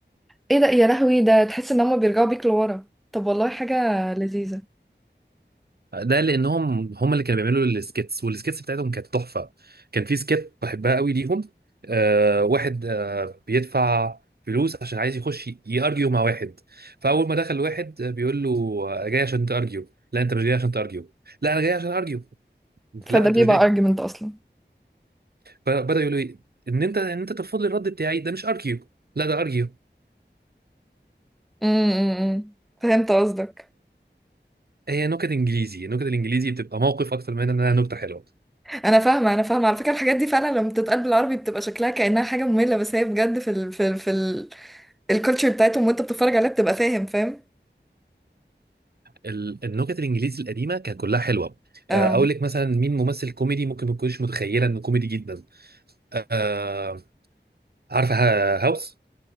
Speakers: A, in the centre; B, on the right.
A: ايه ده يا لهوي ده تحس ان هم بيرجعوا بيك لورا طب والله حاجه لذيذه
B: ده لانهم هم اللي كانوا بيعملوا السكيتس والسكيتس بتاعتهم كانت تحفه كان في سكيت بحبها قوي ليهم آه واحد آه بيدفع فلوس عشان عايز يخش يارجيو مع واحد فاول ما دخل واحد آه، بيقول له آه، جاي عشان تارجيو لا انت مش جاي عشان تارجيو لا انا جاي عشان ارجيو
A: فده
B: لا انت
A: بيبقى
B: مش جاي
A: ارجيومنت اصلا
B: فبدا يقول له إيه؟ ان انت ان انت ترفض لي الرد بتاعي ده مش ارجيو لا ده ارجيو
A: امم فهمت قصدك
B: هي نكت انجليزي نكت الانجليزي بتبقى موقف اكتر من انها نكته حلوه
A: انا فاهمه انا فاهمه على فكره الحاجات دي فعلا لما بتتقال بالعربي بتبقى شكلها كانها حاجه ممله بس هي بجد في ال في ال في ال الكالتشر بتاعتهم وانت بتتفرج عليها بتبقى فاهم فاهم
B: ال- النكت الانجليزي القديمه كانت كلها حلوه
A: اه
B: آه، اقول لك مثلا مين ممثل كوميدي ممكن ما تكونش متخيله انه كوميدي جدا آه، عارفه ها- هاوس